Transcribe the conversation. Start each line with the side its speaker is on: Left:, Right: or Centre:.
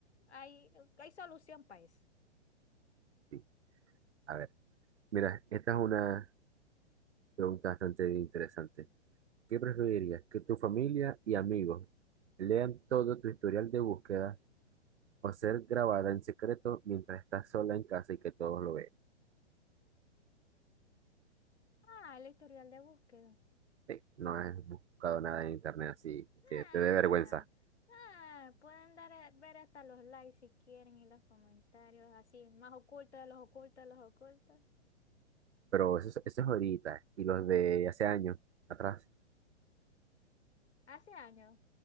Left: hay, hay solución para eso.
Right: Sí. A ver, mira, esta es una pregunta bastante interesante. ¿Qué preferirías? ¿Que tu familia y amigos lean todo tu historial de búsqueda o ser grabada en secreto mientras estás sola en casa y que todos lo vean?
Left: Ah, el historial de búsqueda.
Right: Sí, no has buscado nada en internet así que
Left: Ah,
Right: te dé vergüenza.
Left: ah, pueden dar, a- ver hasta los likes si quieren y los comentarios así, más ocultos de los ocultos de los ocultos.
Right: Pero
Left: Ah,
Right: eso, es- eso es ahorita. Y los de hace años atrás,
Left: Hace años.